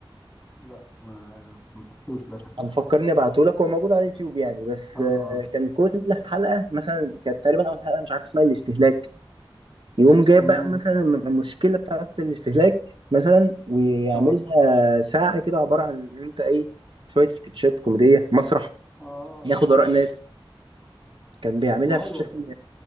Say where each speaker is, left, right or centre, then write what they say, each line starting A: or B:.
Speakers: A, in the centre; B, on the right.
A: لا ما ما شفتوش للاسف ده
B: انا فكرني ابعته لك هو موجود على اليوتيوب يعني بس
A: اه
B: آه،
A: اه
B: كان كل حلقة مثلا كانت تقريبا اول حلقة مش عارف اسمها الاستهلاك يقوم جايب
A: مم.
B: بقى مثلا الم- المشكلة بتاعة الاستهلاك مثلا ويعملها
A: اه
B: ساعة كده عبارة عن ان انت ايه شوية سكتشات كوميدية مسرح
A: اه
B: ياخد
A: اه
B: آراء ناس كان بيعملها
A: فكره حلوه
B: بشكل
A: والله